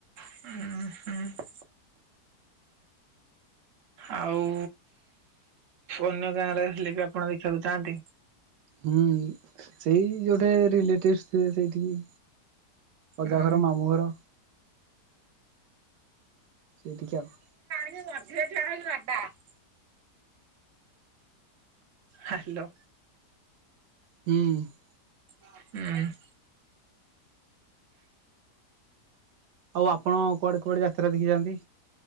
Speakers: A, on the right (about 55°); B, on the right (about 85°).
A: ଉୁଁ ହୁଁ। ଆଉ ଅନ୍ୟ ଗାଁରେ ହେଲେ ବି ଆପଣ ଦେଖିବାକୁ ଯାଆନ୍ତି।
B: ହୁଁ ସେଇ ଯୋଉଠେ ରିଲେଟିଭସ୍ ଥିବେ ସେଇଠିକି। ଅଜା
A: ଉଁ
B: ଘର, ମାମୁଁ ଘର ସେଇଠିକି ଆଉ।
A: <unintelligible> ହାଲୋ।
B: ହୁଁ।
A: ଉଁ।
B: ଆଉ ଆପଣ କୁଆଡେ କୁଆଡେ ଯାତ୍ରା ଦେଖି ଯାଆନ୍ତି?